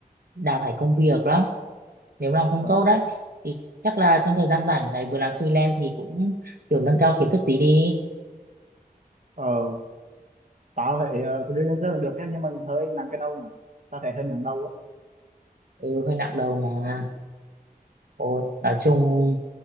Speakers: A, on the right; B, on the right.
A: đào thải công việc lắm nếu làm không
B: ờ
A: tốt đấy thì chắc là trong thời gian rảnh này vừa làm freelance thì cũng kiểu nâng cao kiến thức tí đi
B: ờ tao thấy uh, freelancer cũng được nhá, nhưng mà hơi nặng cái đầu nhỉ tao thấy hơi nặng đầu á
A: ừ, hơi nặng đầu mà Ồ, nói chung